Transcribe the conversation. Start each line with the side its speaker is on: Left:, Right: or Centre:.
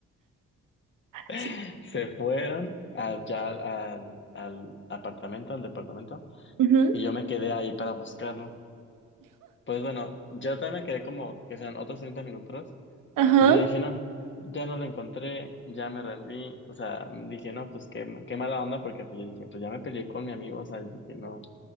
Right: Sí.
Left: <laughs> Se fueron allá al, al al apartamento, al departamento.
Right: Ujú,
Left: Y yo me quedé ahí para buscarlo. Pues bueno, yo también me quedé como que sean otros 30 minutos.
Right: Ajá.
Left: Y yo dije, no, ya no lo encontré, ya me rendí. O sea, dije, no, pues qué, qué mala onda, porque pues yo dije, pues ya me peleé con mi amigo, o sea, yo dije, no.